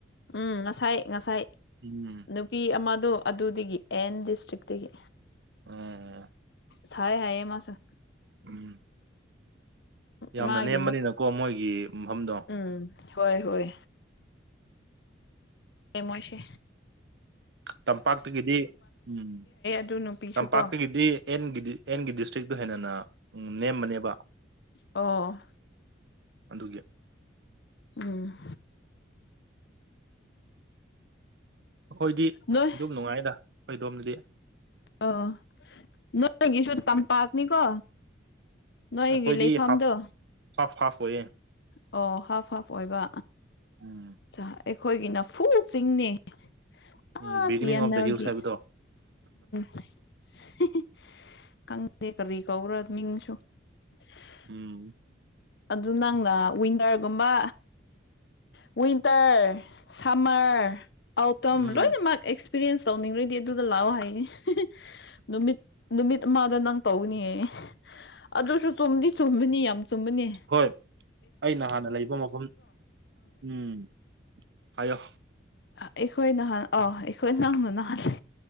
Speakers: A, on the left; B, on the right.
A: ꯎꯝ ꯉꯁꯥꯏ ꯉꯁꯥꯏ
B: ꯎꯝ
A: ꯅꯨꯄꯤ ꯑꯃꯗꯣ ꯑꯗꯨꯗꯒꯤ ꯑꯦꯟ ꯗꯤꯁꯇ꯭ꯔꯤꯛꯇꯒꯤ
B: ꯑꯣ
A: ꯁꯥꯏ ꯍꯥꯏꯌꯦ ꯃꯥꯁꯨ꯫
B: ꯎꯝ ꯌꯥꯝꯅ
A: ꯃꯥꯒꯤ
B: ꯅꯦꯝꯕꯅꯤꯅꯀꯣ
A: ꯅꯨ
B: ꯃꯣꯏꯒꯤ ꯃꯐꯝꯗꯣ
A: ꯎꯝ ꯍꯣꯏ ꯍꯣꯏ ꯑꯦꯃꯣꯏꯁꯦ
B: ꯇꯝꯄꯥꯛꯇꯒꯤꯗꯤ ꯎꯝ
A: ꯑꯗꯨ ꯅꯨꯄꯤꯁꯨ
B: ꯇꯝꯄꯥꯛꯇꯒꯤꯗꯤ
A: ꯀꯣ
B: ꯑꯦꯟꯒꯤ ꯑꯦꯟꯒꯤ ꯗꯤꯁꯇ꯭ꯔꯤꯛꯇꯣ ꯍꯦꯟꯅꯅ ꯎꯝ ꯅꯦꯝꯕꯅꯦꯕ
A: ꯑꯣ
B: ꯑꯗꯨꯒꯤ
A: ꯎꯝ
B: ꯑꯈꯣꯏꯗꯤ
A: ꯅꯣꯏ
B: ꯑꯗꯨꯝ ꯅꯨꯡꯉꯥꯏꯗ ꯑꯈꯣꯏꯗꯣꯝꯗꯗꯤ
A: ꯑꯣ ꯑꯣ ꯅꯣꯏꯒꯤꯁꯨ ꯇꯝꯄꯥꯛꯅꯤꯀꯣ ꯅꯣꯏꯒꯤ
B: ꯑꯩꯈꯣꯏꯗꯤ
A: ꯂꯩꯐꯝꯗꯣ
B: ꯍꯥꯐ ꯍꯥꯐ ꯍꯥꯐ ꯑꯣꯏꯌꯦ
A: ꯑꯣ ꯍꯥꯐ ꯍꯥꯐ ꯑꯣꯏꯕ
B: ꯎꯝ
A: ꯆꯥ ꯑꯩꯈꯣꯏꯒꯤꯅ ꯐꯨꯜ ꯆꯤꯡꯅꯤ ꯑꯥ
B: ꯎꯝ beginning
A: the M
B: of
A: ꯑꯦꯜꯒꯤ
B: the hills ꯍꯥꯏꯕꯗꯣ
A: <unintelligible> ꯈꯪꯗꯦ ꯀꯔꯤ ꯀꯧꯕ꯭ꯔꯥ ꯃꯤꯡꯁꯨ <inaudible>
B: ꯎꯝ
A: ꯑꯗꯨ ꯅꯪꯅ ꯋꯤꯟꯇꯔꯒꯨꯝꯕ ꯋꯤꯟꯇꯔ ꯁꯝꯃꯔ ꯑꯥꯎꯇꯝ
B: ꯎꯝ
A: ꯂꯣꯏꯅꯃꯛ ꯑꯦꯛꯁꯄꯤꯔꯤꯌꯦꯟꯁ ꯇꯧꯅꯤꯡꯈ꯭ꯔꯗꯤ ꯑꯗꯨꯗ ꯂꯥꯛꯑꯣ ꯍꯥꯏꯌꯦ ꯅꯨꯃꯤꯠ ꯅꯨꯃꯤꯠ ꯑꯃꯗ ꯅꯪ ꯇꯧꯒꯅꯤꯑꯌꯦ ꯑꯗꯨꯁꯨ ꯆꯨꯝꯗꯤ ꯆꯨꯝꯕꯅꯤ ꯌꯥꯝ ꯆꯨꯝꯕꯅꯦ
B: ꯍꯣꯏ ꯑꯩꯅ ꯍꯥꯟꯅ ꯂꯩꯕ ꯃꯐꯝ ꯎꯝ ꯍꯥꯏꯌꯣ
A: ꯑ ꯑꯩꯈꯣꯏ ꯅꯍꯥꯟ ꯑꯥ ꯑꯩꯈꯣꯏ ꯅꯪꯅ ꯅꯍꯜꯂꯦ